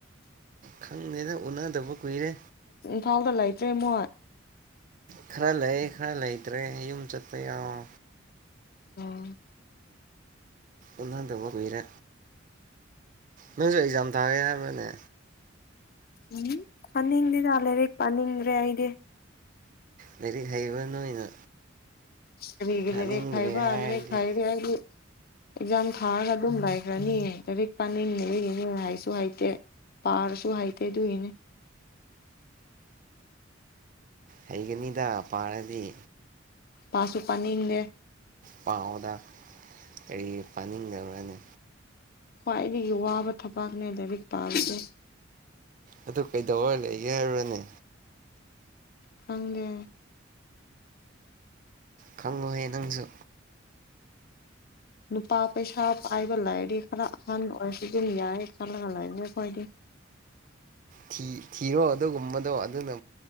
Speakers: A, on the right; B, on the left.
A: ꯈꯪꯗꯦꯗ ꯎꯅꯗꯕ ꯀꯨꯏꯔꯦ
B: ꯐꯥꯎꯗ ꯂꯩꯇꯔꯦ ꯃꯣꯏ
A: ꯈꯔ ꯂꯩ ꯈꯔ ꯂꯩꯇ꯭ꯔꯦ ꯌꯨꯝ ꯆꯠꯄ ꯌꯥꯑꯣ
B: ꯑꯣ
A: ꯎꯅꯗꯕ ꯀꯨꯏꯔꯦ ꯅꯪꯁꯨ ꯑꯦꯛꯖꯥꯝ ꯊꯥꯒꯦ ꯍꯥꯏꯕꯔꯅꯦ
B: ꯎꯝ ꯄꯥꯅꯤꯡꯗꯦꯗ ꯂꯥꯏꯔꯤꯛ ꯄꯅꯤꯡꯗꯔꯦ ꯑꯩꯗꯤ
A: ꯂꯩꯔꯤ ꯍꯩꯕꯅ ꯅꯣꯏꯅ
B: ꯀꯔꯤꯒꯤ
A: ꯊꯥꯅꯤꯡꯗ꯭ꯔꯦ
B: ꯂꯩꯔꯤꯛ ꯍꯩꯕꯔꯥ
A: ꯍꯥꯏꯔꯗꯤ
B: ꯂꯩꯔꯤꯛ ꯍꯩꯔꯗꯤ ꯑꯩꯁꯨ ꯑꯦꯛꯖꯥꯝ ꯊꯥꯔꯒ ꯑꯗꯨꯝ ꯂꯩꯈ꯭ꯔꯅꯤ ꯂꯥꯏꯔꯤꯛ ꯄꯥꯅꯤꯡꯅꯤ ꯑꯗꯨꯒꯤꯅꯤ ꯍꯥꯏꯁꯨ ꯍꯥꯏꯩꯇꯦ ꯄꯥꯔꯁꯨ ꯍꯥꯏꯇꯦ ꯑꯗꯨꯒꯤꯅꯦ
A: ꯍꯩꯒꯅꯤꯗ ꯄꯥꯔꯗꯤ
B: ꯄꯥꯁꯨꯄꯥꯅꯤꯗꯦ
A: ꯄꯥꯎꯥꯎꯗ ꯀꯔꯤ ꯄꯥꯅꯤꯡꯗꯕꯅꯤ
B: ꯈ꯭ꯋꯥꯏꯗꯒꯤ ꯋꯥꯕ ꯊꯕꯥꯛꯅꯦ ꯂꯥꯏꯔꯤꯛ ꯄꯥꯁꯦ
A: ꯑꯗꯨ ꯀꯩꯗꯧꯋꯥ ꯂꯩꯒꯦ ꯍꯥꯏꯔꯨꯔꯅꯦ
B: ꯐꯪꯒꯦ
A: ꯈꯪꯉꯨꯍꯦ ꯅꯪꯁꯨ
B: ꯅꯨꯄꯥ ꯄꯩꯁꯥ ꯄꯥꯏꯕ ꯂꯩꯔꯗꯤ ꯈꯔ ꯑꯍꯟ ꯑꯣꯏꯔꯁꯨ ꯑꯗꯨꯝ ꯌꯥꯏ ꯈꯜꯂꯒ ꯂꯩꯅꯦ ꯑꯩꯈꯣꯏꯗꯤ
A: ꯊ ꯊꯔꯣ ꯑꯗꯨꯒꯨꯝꯕꯗꯣ ꯑꯗꯨꯅ